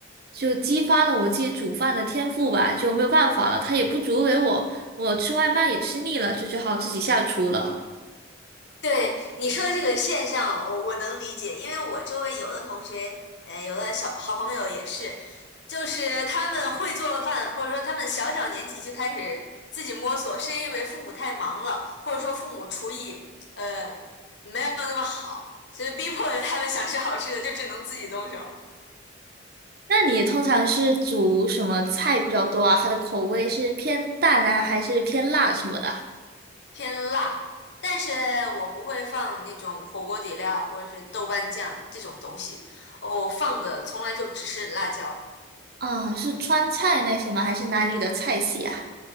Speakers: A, on the right; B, on the left.
A: 就激发了我自己煮饭的天赋吧，就没有办法了，他也不煮给我，我吃外卖也吃腻了，就只好自己下厨了。
B: 对你说的这个现象，我我能理解，因为我周围有的同学，呃，有的小好朋友也是，就是他们会做饭，或者说他们小小年纪就开始自己摸索，是因为父母太忙了，或者说父母厨艺呃没有那么好，所以逼迫着他们想吃好吃的，就只能自己动手。
A: 那你通常是煮什么菜比较多啊？它的口味是偏淡啊，还是偏辣什么的啊？
B: 偏辣，但是我不会放那种火锅底料或者是豆瓣酱这种东西，我放的从来就只是辣椒。
A: 嗯，是川菜那些吗？还是哪里的菜系啊？